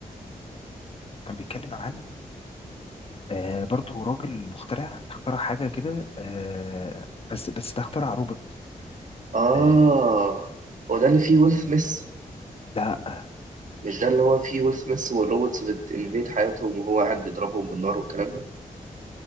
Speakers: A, on the left; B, on the right.
A: كان بيتكلم عن آه، برضه راجل مخترع اخترع حاجه كده آه، بس بس ده اخترع روبوت
B: اه
A: آه،
B: هو ده اللي فيه ويل سميث
A: لا
B: مش ده اللي هو فيه ويل سميث والروبوتس بتنفيد حياتهم وهو قاعد بيضربهم بالنار والكلام ده